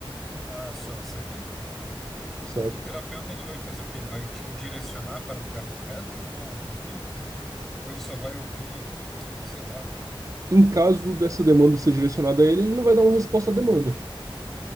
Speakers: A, in the centre; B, on the right.
A: Ah, só, saquei. O,
B: saca?
A: o- o terapeuta, ele vai fazer o quê? Ele vai, tipo, direcionar para o lugar correto ou o quê? Ou ele só vai ouvir, eh, sei lá.
B: Em caso dessa demanda ser direcionada a ele, ele não vai dar uma resposta à demanda.